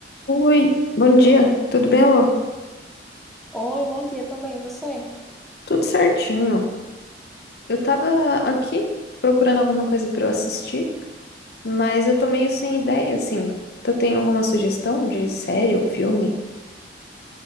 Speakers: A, on the left; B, in the centre.
A: Oi, bom dia, tudo bem, Lô?
B: Oi, bom dia, tô bem, e você?
A: Tudo certinho. Eu tava aqui procurando alguma coisa pra eu assistir, mas eu tô meio sem ideia, assim. Tu tem alguma sugestão de série ou filme?